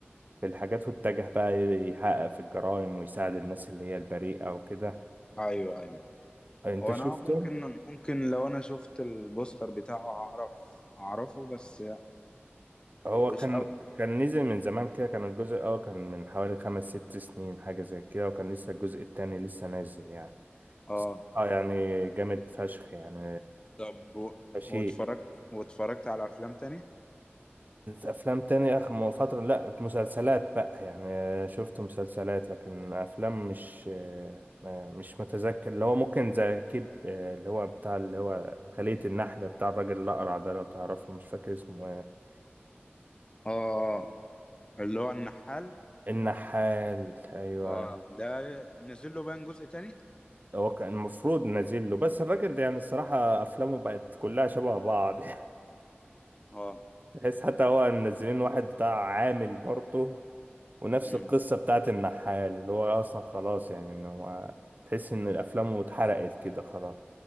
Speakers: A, on the right; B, on the left.
A: في الحاجات واتجه بقى يحقق في الجرائم ويساعد الناس اللي هي البريئة وكده
B: ايوه ايوه
A: يعني انت
B: هو
A: شفته
B: انا ممكن ممكن لو انا شفت البوستر بتاعه اعرف اعرفه بس
A: هو
B: مش
A: كان
B: قوي
A: كان نزل من زمان كده كان الجزء الاول كان من حوالي خمس ست سنين حاجة زي كده وكان لسه الجزء التاني لسه نازل يعني
B: اه
A: بس اه يعني جامد فشخ يعني
B: طب و-
A: آه، شيء
B: واتفرجت واتفرجت على افلام تاني
A: افلام تاني اخر فترة لا مسلسلات بقى يعني آه، شفت مسلسلات لكن افلام مش آه، ما- مش متذكر اللي هو ممكن زي كيب آه، اللي هو بتاع اللي هو خلية النحلة بتاع الراجل الأقرع ده لو تعرفه مش فاكر اسمه ايه
B: اه اللي هو النحال
A: النحال ايوه
B: اه ده نزل له بان جزء تاني
A: هو كان المفروض نازل له بس الراجل ده يعني الصراحة أفلامه بقت كلها شبه بعض <laughs>
B: اه
A: تحس حتى هو منزلين واحد بتاع عامل برضه ونفس
B: امم
A: القصة بتاعت النحال اللي هو أصلا خلاص يعني إن هو تحس إن الأفلام اتحرقت كده خلاص